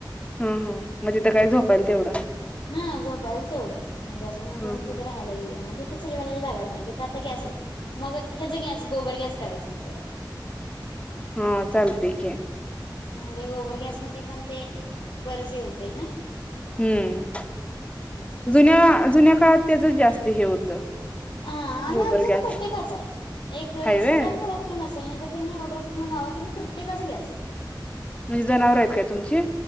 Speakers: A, on the left; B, on the left.
A: हम हम मग तिथं काय झोपायल तेवढं-
B: हा झोपायला तेवढं म्हणजे अजून
A: हा
B: कोण
A: हा
B: तिथं राहिला- नाही तिथ चूल घालायला जागाच नाही तिथं आता गॅसच मग हेच गॅस गोबर गॅस करायच म्हणते आता-
A: हा चालते की-
B: म्हणजे गोबर गॅसमध्ये पण ते बरच हे होतय ना-
A: हम्म
B: शिजतंय
A: जुन्या जुन्या काळात त्याचच जास्त हे होतं.
B: हा आणि
A: गोबर
B: आमच्या
A: गॅस
B: हित प्रत्येकाच आहे एक
A: हाय व्हय
B: सताट घर- नसल नाही तर एवढ्या पुर्ण गावात प्रत्येकाच गॅस आहेत तसल-
A: म्हणजे जनावर आहेत काय तुमचे?